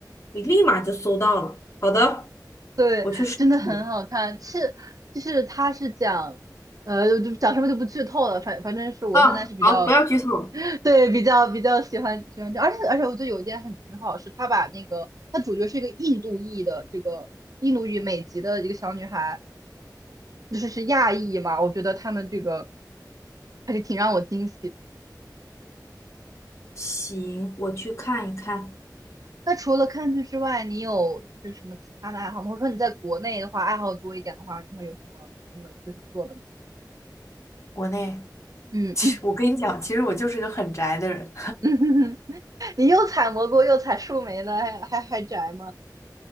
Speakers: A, on the left (about 40°); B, on the right (about 55°).
A: 我立马就搜到了。好的。
B: 对，
A: 我去试试。
B: 真的很好看。是，就是它是讲，呃，就讲什么就不剧透了。反反正是我现在是比较，
A: 啊，好，不要剧透。
B: <laughs> 对，比较比较喜欢喜欢这，而且而且我觉得有一点很很好，是他把那个他主角是一个印度裔的这个印度裔美籍的一个小女孩，就是是亚裔嘛。我觉得他们这个还是挺让我惊喜的。
A: 行，我去看一看。
B: 那除了看剧之外，你有就是什么其他的爱好吗？或者说你在国内的话，爱好多一点的话，你会有什么什么就是做的吗？
A: 国内，<laughs>
B: 嗯嗯嗯。
A: <sucks teeth> 我跟你讲，其实我就是个很宅的人。
B: <laughs> 你又采蘑菇又采树莓的，还还还宅吗？